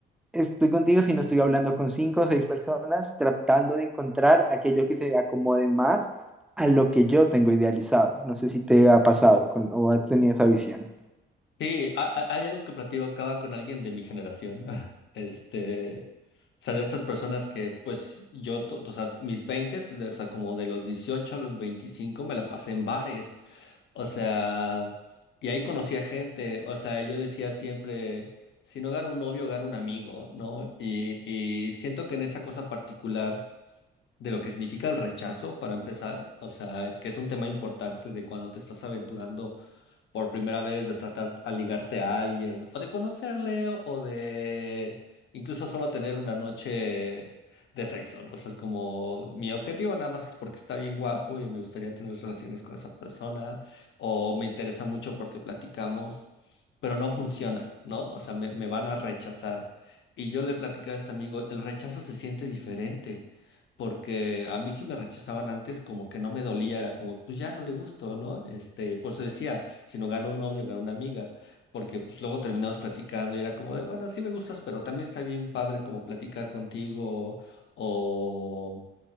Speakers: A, in the centre; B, on the left.
A: Estoy contigo si no estoy hablando con cinco o seis personas tratando de encontrar aquello que se acomode más a lo que yo tengo idealizado. No sé si te ha pasado con- o has tenido esa visión.
B: Sí, ha- ha- hay algo que platicaba con alguien de mi generación. <laughs> Este, o sea, de estas personas que, pues, yo, to- o sea, mis 20, o sea, como de los 18 a los 25 me la pasé en bares. O sea, y ahí conocí a gente. O sea, yo decía siempre, si no gano un novio, gano un amigo, ¿no? Y, y siento que en esa cosa particular de lo que significa el rechazo, para empezar, o sea, es que es un tema importante de cuando te estás aventurando por primera vez, de tratar a ligarte a alguien, o de conocerle, o, o de incluso solo tener una noche de sexo, ¿no? O sea, es como mi objetivo nada más es porque está bien guapo y me gustaría tener relaciones con esa persona, o me interesa mucho porque platicamos, pero no funciona, ¿no? O sea, me, me van a rechazar. Y yo le platicaba a este amigo, el rechazo se siente diferente porque a mí sí me rechazaban antes, como que no me dolía, era como, pues ya no le gusto, ¿no? Este, por eso decía, si no gana un novio, gana una amiga, porque pues luego terminamos platicando y era como de, bueno, sí me gustas, pero también está bien padre como platicar contigo o